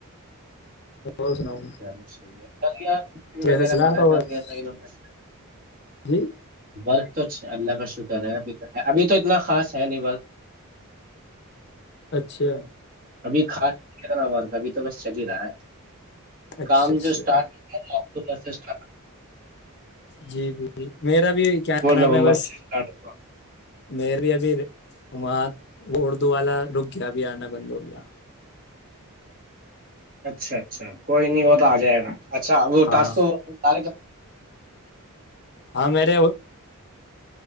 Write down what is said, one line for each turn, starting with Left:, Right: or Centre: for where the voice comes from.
Left: اور سناؤ
Right: چلوی ہے ک
Left: کیسا
Right: وغہ
Left: چلا
Right: منع
Left: آپ
Right: کر
Left: بس
Right: دیا میں
Left: جی
Right: ب توھ اللہ کا شکر ہے ابھی تو ہے ابھی تو اتنا خاص ہے نہیں بات
Left: اچھا
Right: ابھی خاص ا ابھی تو بس چل ہی رہا ہے
Left: اچھا
Right: کام
Left: اچھا
Right: جو اسٹارٹ تھا کو پرسسٹ
Left: جی ج ج میرا بھی کیا نام
Right: نومبر
Left: ہے بس
Right: سے اسٹارٹ ہوا
Left: میرری ابھی وہاں وہ اردو والا رک گیا بھی آنا بند ہو گیا
Right: اچھا اچھا کوئی نہیں ہو تو آ جائے گا اچھا وہٹے
Left: ہاں ہاں میرے